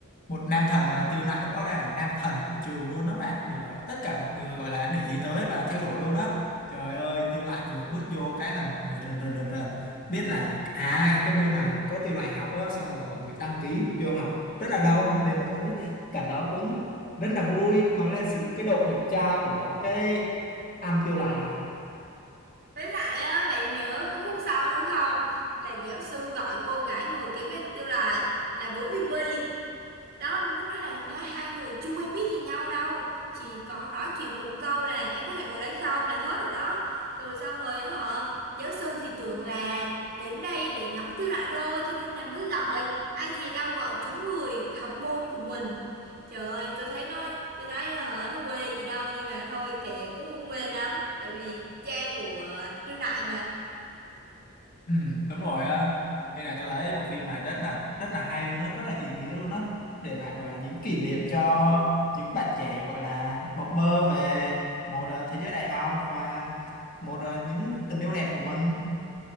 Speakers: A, on the left; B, on the right.
A: một nam thần mà Tiêu Nạnh lúc đó đang là nam thần của trường luôn đó bạn được rồi. tất cả mọi người gọi là để ý tới và theo đuổi luôn á trời ơi Tiêu Nạnh vừa bước vô cái là mọi người rần rần rần rần biết là à cái môn này có Tiêu Nạnh học á xong rồi mọi người đăng ký vô học rất là đông nên là tôi thấy cảnh đó cũng rất là vui nói lên sự cái độ đẹp trai của cái anh Tiêu Nạnh này
B: với lại á bạn nhớ có khúc sau nữa không là giáo sư gọi cô gái ngồi kế bên tôi lại là bố Vivi đó lúc đấy là nha hai người chưa quen biết gì nhau đâu chỉ có nói chuyện một câu là em có thể ngồi đây không là hết rồi đó rồi xong rồi á hả giáo sư thì tưởng là đến đây để ngắm tiêu đại đôi cho nên là mới gọi ai dè đâu gọi trúng người học môn của mình trời ơi tôi thấy nói tôi nói hả nó quê gì đâu nhưng mà thôi kệ cũng không quê lắm tại vì cha của tiêu đại mà
A: Ừ, đúng rồi á nên là tôi thấy bộ phim này rất là rất là hay luôn á rất là ý nghĩa luôn á để lại gọi là những kỷ niệm cho những bạn trẻ gọi là mộng mơ về một ờ, thế giới đại học và một ờ, những tình yêu đẹp của mình